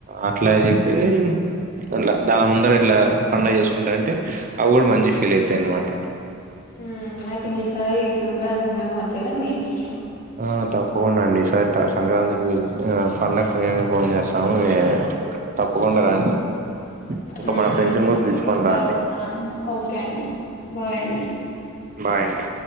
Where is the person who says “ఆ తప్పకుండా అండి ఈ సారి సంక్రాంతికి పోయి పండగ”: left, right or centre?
Right